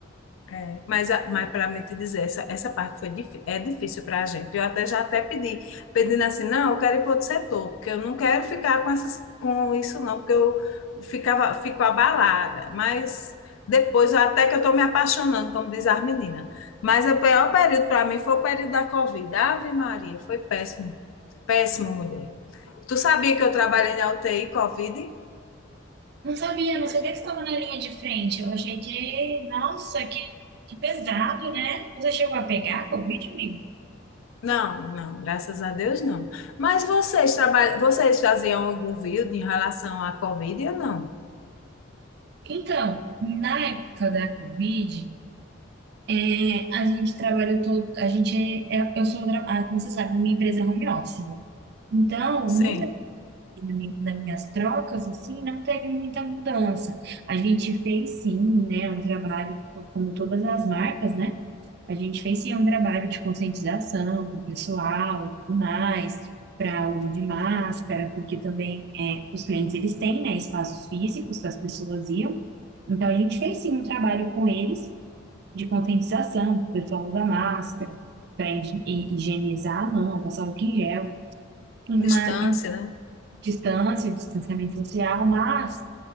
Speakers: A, on the left; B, on the right.
A: É, mas, a- mas para me te dizer, essa, essa parte foi, difí- é difícil para a gente. Eu até já até pedi, pedindo assim, não, eu quero ir para outro setor, porque eu não quero ficar com essas, com isso não, porque eu ficava, fico abalada. Mas depois, eu- até que eu estou me apaixonando, como diz as meninas. Mas é o pior período para mim foi o período da Covid. Ave Maria, foi péssimo, péssimo, mulher. Tu sabia que eu trabalhei na UTI Covid?
B: Não sabia, não sabia que estava na linha de frente. Eu achei que, nossa, que, que pesado, né? Você chegou a pegar a Covid, amigo?
A: Não, não, graças a Deus não. Mas vocês trabalham, vocês faziam algum vídeo em relação à Covid ou não?
B: Então, na época da Covid, É, a gente trabalha todo, a gente é, é- eu sou, tra- ah, como você sabe, minha empresa é home office, né? Então,
A: Sim,
B: no meu treinamento das minhas trocas, assim, não teve muita mudança. A gente fez sim, né, um trabalho, como todas as marcas, né? A gente fez sim um trabalho de conscientização do pessoal e tudo mais, para uso de máscara, porque também é, os clientes eles têm, né, espaços físicos que as pessoas iam. Então, a gente fez sim um trabalho com eles de conscientização, o pessoal usa máscara para higienizar a mão, passar álcool em gel, uma
A: distância, né?
B: distância, distanciamento social, mas